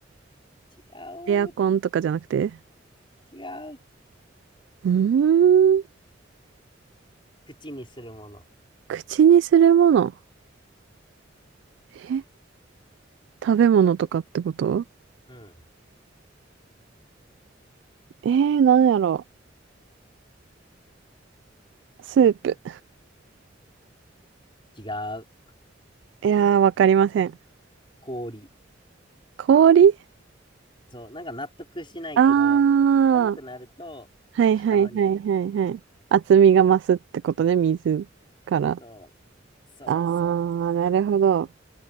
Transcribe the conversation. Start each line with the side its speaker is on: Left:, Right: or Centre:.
Left: 違う、
Right: エアコンとかじゃなくて
Left: 違う。
Right: うーん、
Left: 口にするもの。
Right: 口にするもの。え、食べ物とかってこと
Left: うん。
Right: えー、なんやろう。スープ。
Left: 違う。
Right: いやー、わかりません。
Left: 氷。
Right: 氷
Left: そう、なんか納得しないけど、
Right: ああー、
Left: 寒くなると固まるやん。
Right: はいはいはいはいはい。厚みが増すってことね、水から。
Left: そう、そうそうそうそう。
Right: ああ、なるほど。